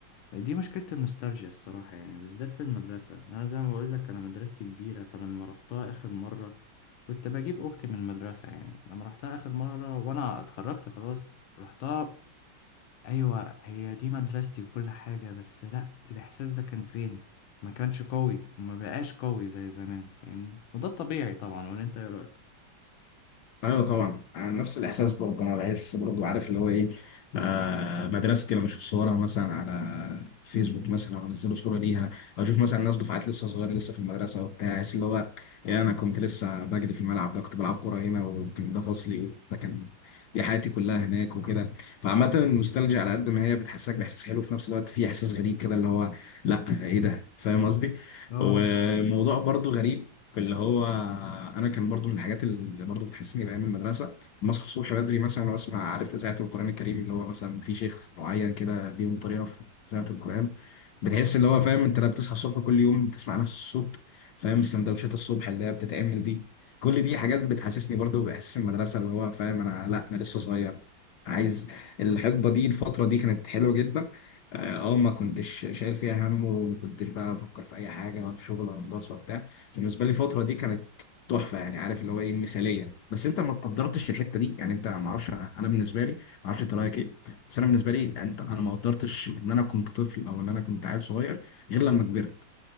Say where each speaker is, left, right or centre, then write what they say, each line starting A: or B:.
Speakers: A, on the left; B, on the left.
A: دي مشكلة النوستالجيا الصراحة يعني بالذات في المدرسة انا زي ما بقولك انا مدرستي كبيرة فلما روحتها اخر مرة كنت بجيب اختي من المدرسة يعني لما روحتها اخر مرة وانا اتخرجت خلاص رحتها ايوه هي دي مدرستي وكل حاجة بس لا الاحساس ده كان فين ما كانش قوي وما بقاش قوي زي زمان فاهمني وده الطبيعي طبعا ولا انت ايه رأيك
B: ايوه طبعا أنا نفس الاحساس برضه انا بحس برضه عارف اللي هو ايه آه مدرستي لما اشوف صورها مثلا على فيسبوك مثلا او انزلوا صوره ليها او اشوف مثلا ناس دفعات لسه صغيره لسه في المدرسه وبتاع احس اللي هو ايه انا كنت لسه بجري في الملعب ده كنت بلعب كوره هنا وكان ده فصلي ده كان دي حياتي كلها هناك وكده فعامه النوستالجيا على قد ما هي بتحسسك باحساس حلو في نفس الوقت في احساس غريب كده اللي هو لا ايه ده فاهم قصدي
A: اه
B: وموضوع برضه غريب فاللي هو انا كان برضو من الحاجات اللي برضو بتحسسني بايام المدرسه لما اصحى الصبح بدري مثلا واسمع عارف اذاعه القران الكريم اللي هو مثلا في شيخ معين كده ليهم طريقه في اذاعه القران بتحس اللي هو فاهم انت لما بتصحى الصبح كل يوم بتسمع نفس الصوت فاهم السندوتشات الصبح اللي هي بتتعمل دي كل دي حاجات بتحسسني برضو باحساس المدرسه اللي هو فاهم انا لا انا لسه صغير عايز الحقبه دي الفتره دي كانت حلوه جدا اه آه، ما كنتش شايل فيها هم وما كنتش بقى افكر في اي حاجه ولا في شغل ولا في دراسه وبتاع بالنسبه لي الفتره دي كانت تحفه يعني عارف اللي هو ايه مثاليه بس انت ما قدرتش الحته دي يعني انت ما اعرفش انا بالنسبه لي ما اعرفش انت رايك ايه بس انا بالنسبه لي يعني انت انا ما قدرتش ان انا كنت طفل او ان انا كنت عيل صغير غير لما كبرت